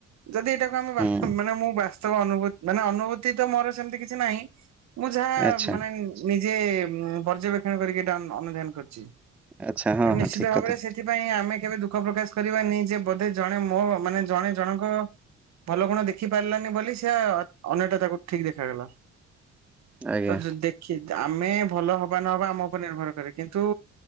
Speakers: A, on the right; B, in the centre.
A: ଯଦି ଏଇଟାକୁ ଆମେ ବା
B: ହୁଁ
A: ମାନେ ମୁଁ ବା ତ ଅନୁଭ ମାନେ ଅନୁଭୂତି ତ ମୋର ସେମିତି କିଛି ନାହିଁ ମୁଁ ଯାହା
B: ଆଚ୍ଛା।
A: ମାନେ ନିଜେ ପର୍ଯ୍ୟବେକ୍ଷଣ କରିକି ଏଟା ଅନୁଧ୍ୟାନ କରିଛି
B: ଆଚ୍ଛା ହଁ
A: ନିଶ୍ଚିତ
B: ହଁ ଠିକ
A: ଭାବରେ
B: କଥା
A: ସେ ସେଥିପାଇଁ ଆମେ କେବେ ଦୁଃଖ ପ୍ରକାଶ କରିବାନି ଯେ ବୋଧେ ଜଣେ ମୋ ମାନେ ଜଣେ ଜଣଙ୍କ ଭଲ ଗୁଣ ଦେଖି ପାରିଲାନି ବୋଲି ସେ ଅନ୍ୟଟା ତାକୁ ଠିକ ଦେଖାଗଲା।
B: ଆଜ୍ଞା
A: ତ ଦେଖି ଆମେ ଭଲ ହବା ନହବା ଆମ ଉପରେ ନିର୍ଭର କରେ କିନ୍ତୁ